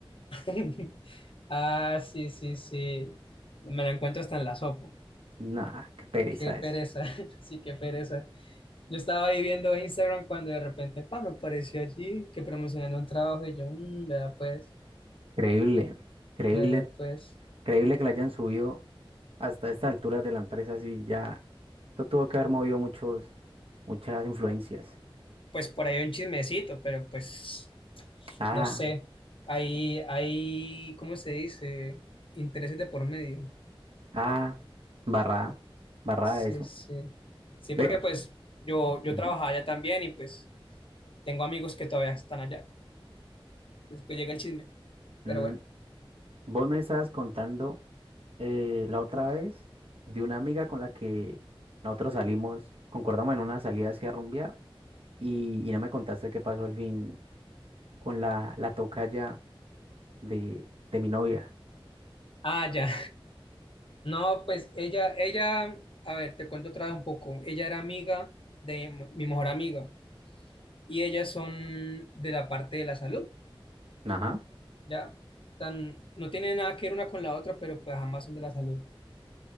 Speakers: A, on the left; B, on the right.
A: <laughs> Ah, sí, sí, sí. Me la encuentro hasta en la sopa.
B: No, qué pereza
A: Qué pereza,
B: eso.
A: <laughs> sí, qué pereza. Yo estaba ahí viendo Instagram cuando de repente, pa, me apareció allí que promocionando un trabajo y yo, mmm, vea pues,
B: Increíble, increíble,
A: vea pues.
B: increíble que la hayan subido hasta esta altura de la empresa así ya. Eso tuvo que haber movido muchos, muchas influencias.
A: Pues por ahí un chismecito, pero pues,
B: Ah,
A: no sé. Hay, hay, ¿cómo se dice? Intereses de por medio.
B: ah, barra, barra
A: Sí,
B: eso.
A: sí. Sí, porque
B: Ve.
A: pues yo, yo
B: Ujú.
A: trabajaba allá también y pues tengo amigos que todavía están allá. Después llega el chisme. Pero
B: Mm,
A: bueno.
B: Vos me estabas contando eh, la otra vez de una amiga con la que nosotros salimos, concordamos en una salida hacia rumbear y, y no me contaste qué pasó al fin con la, la tocaya de, de mi novia.
A: Ah, ya. No, pues ella, ella, a ver, te cuento otra vez un poco. Ella era amiga de m- mi mejor amiga y ellas son de la parte de la salud,
B: Ajá.
A: ¿ya? Tan, no tiene nada que ver una con la otra, pero pues ambas son de la salud.